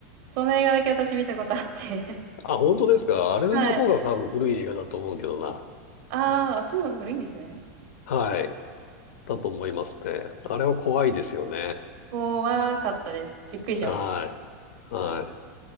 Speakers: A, on the right; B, on the left.
A: その映画だけ私見たことあって。
B: あ、本当ですか。あれの方が多分古い映画だと思うけどな。
A: <laughs> はい。ああ、あっちの方が古いんですね。
B: はい。だと思いますね。あれは怖いですよね。
A: 怖かったです。びっくりしました。
B: はい。はい。